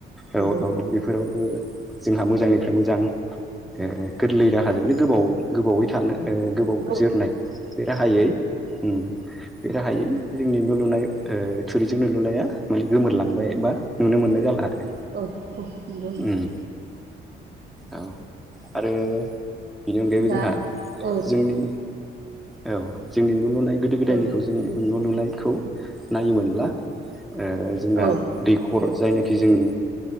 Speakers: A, in the centre; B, on the right.
A: औ
B: नंगौ नोंथां
A: औ बेफोरावबो जोंहा मोजांनिफ्राय मोजां ओ गोरलै राहाजोंनो गोबाव गोबावै थानो ओ गोबाव
B: औ
A: जोरनाय बे राहायै ओम बे गाहायै जोंनि नु लुनाय ओ थुरिजों न' लुनाया माने गोमोरलांबाय बा नुनो मोननाय जाला आरो
B: औ नंगौ नोंथां
A: ओम औ आरो बेनि अनगायैबो
B: दा
A: जोंहा
B: औ
A: जोंनि औ जोंनि न' लुनाय गोदो गोदायनिखौ
B: औ
A: जों न' लुनायखौ नायोमोनब्ला ओ
B: औ
A: जोंहा दैखर जायनाखि जोंनि